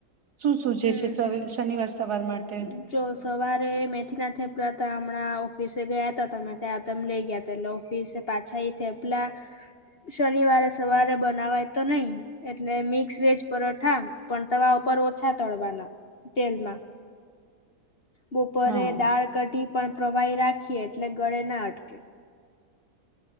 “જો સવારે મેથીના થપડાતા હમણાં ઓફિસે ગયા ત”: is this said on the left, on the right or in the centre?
Left